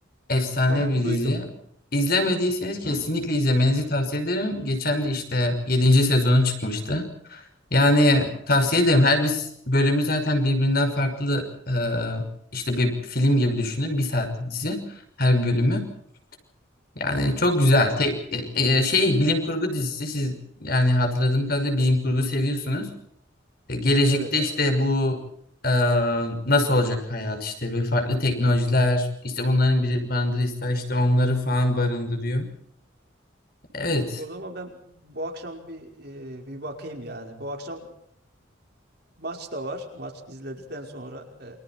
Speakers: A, on the left; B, on the right.
A: Efsane
B: <laughs> Hı hı,
A: bir
B: Duydum.
A: dizi. İzlemediyseniz kesinlikle izlemenizi tavsiye ederim. Geçen de işte yedinci sezonu çıkmıştı. Yani tavsiye ederim. Her bir bölümü zaten birbirinden farklı e, işte bir film gibi düşünün. Bir saatlik dizi her bir bölümü. Yani çok güzel.
B: Hı hı.
A: Tek, e, e, şey bilim kurgu dizisi siz yani hatırladığım kadarıyla bilim kurgu seviyorsunuz. E, Gelecekte
B: Evet.
A: işte bu e, nasıl olacak hayat işte ve farklı teknolojiler işte bunların bir barındırırsa işte onları falan barındırıyor. Evet.
B: O zaman ben bu akşam bir e, bir bakayım yani. Bu akşam maç da var. Maç izledikten sonra